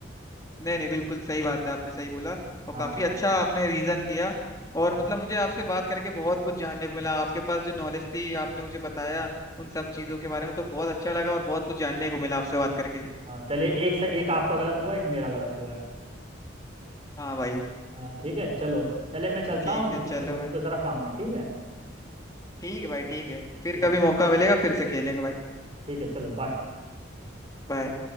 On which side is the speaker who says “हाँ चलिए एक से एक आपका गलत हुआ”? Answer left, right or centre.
Right